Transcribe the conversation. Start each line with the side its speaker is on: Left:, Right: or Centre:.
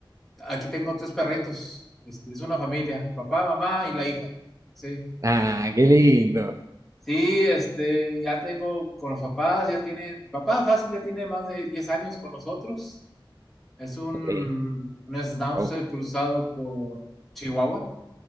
Centre: aquí tengo tres perritos. Este, es una familia, papá, mamá y la hija. Sí.
Right: ah, qué lindo.
Centre: Sí, este, ya tengo con los papás, ya tienen, el papá fácil ya tiene más de 10 años con nosotros. Es un,
Right: Ok,
Centre: un schnauzer
Right: wow.
Centre: cruzado con Chihuahua.